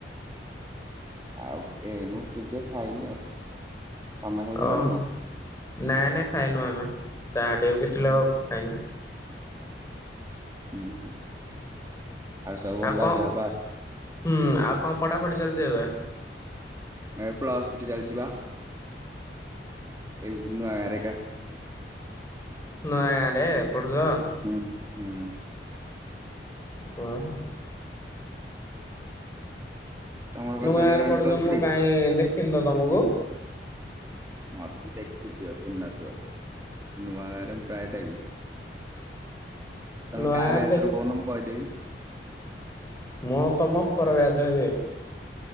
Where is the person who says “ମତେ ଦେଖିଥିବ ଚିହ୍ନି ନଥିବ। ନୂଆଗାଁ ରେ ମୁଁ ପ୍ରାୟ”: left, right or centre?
Right